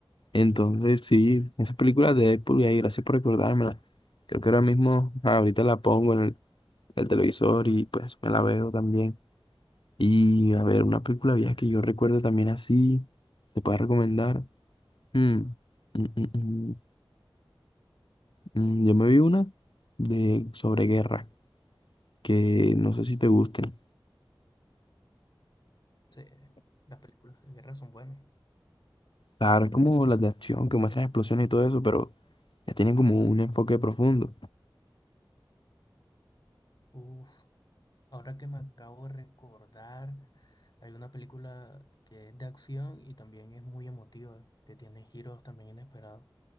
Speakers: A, on the left; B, on the left.
A: Entonces, sí, esas películas de Deadpool y ahí, gracias por recordármela. Creo que ahora mismo, ah, ahorita la pongo en el, el televisor y pues me la veo también. Y a ver, una película vieja que yo recuerdo también así, te puedo recomendar. Mm, mm, mm, mm, mm, yo me vi una de sobre guerra, que no sé si te gusten.
B: Sí, las películas de guerra son buenas.
A: Claro, es como las de acción que muestran explosiones y todo eso, pero ya tienen como un enfoque profundo.
B: Uf, ahora que me acabo de recordar, hay una película que es de acción y también es muy emotiva, que tiene giros también inesperados.